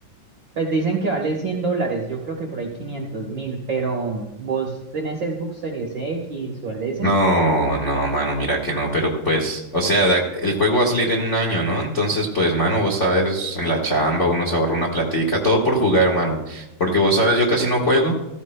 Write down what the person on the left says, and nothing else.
No, no, mano, mira que no, pero pues, o sea, da- el juego va a salir en un año, ¿no? Entonces, pues, mano, vos sabes, en la chamba uno se ahorra una platica, todo por jugar, mano. Porque vos sabes, yo casi no juego.